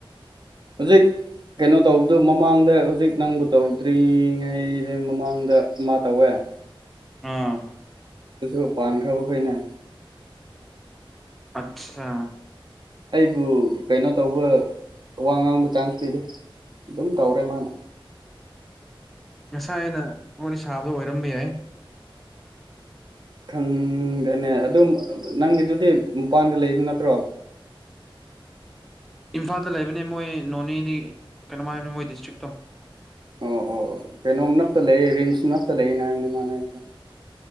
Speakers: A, on the right (about 55°); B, in the centre.
A: ꯍꯧꯖꯤꯛ ꯀꯩꯅꯣ ꯇꯧꯕꯗꯨ ꯃꯃꯥꯡꯗ ꯍꯧꯖꯤꯛ ꯅꯪꯕꯨ ꯇꯧꯗ꯭ꯔꯤꯉꯩꯗ ꯃꯃꯥꯡꯗ ꯑꯃ ꯇꯧꯋꯦ <inaudible> <inaudible>
B: ꯑꯥ
A: ꯁꯨ ꯄꯥꯟ ꯈꯕ ꯈꯥꯏꯅ
B: ꯑꯆꯥ
A: ꯑꯩꯕꯨ ꯀꯩꯅꯣ ꯇꯧꯕ ꯋꯥ ꯉꯥꯡꯕ ꯆꯥꯟꯁ ꯄꯤꯗꯦ ꯑꯗꯨꯝ ꯇꯧꯔꯦ ꯃꯥꯅ
B: ꯉꯁꯥꯏ ꯑꯩꯅ ꯋꯥꯔꯤ ꯁꯥꯕꯗꯣ ꯑꯣꯏꯔꯝꯕ ꯌꯥꯏ
A: ꯈꯪꯗꯦꯅꯦ ꯑꯗꯨ ꯅꯪꯒꯤꯗꯨꯗꯤ ꯃꯄꯥꯟꯗ ꯂꯩꯕ ꯅꯠꯇ꯭ꯔꯣ
B: ꯏꯝꯐꯥꯜꯗ ꯂꯩꯕꯅꯦ ꯃꯣꯏ ꯅꯣꯅꯦꯗꯤ ꯀꯩꯅꯣ ꯍꯥꯏꯕꯅꯦ ꯃꯣꯏ ꯗꯤꯁꯇ꯭ꯔꯤꯛꯇꯣ
A: ꯑꯣ ꯑꯣ ꯀꯩꯅꯣꯝ ꯅꯛꯇ ꯂꯩꯌꯦ ꯔꯤꯝꯁ ꯅꯛꯇ ꯂꯩ ꯅ ꯍꯥꯏꯅꯦꯃꯥꯟꯅꯗ꯭ꯔ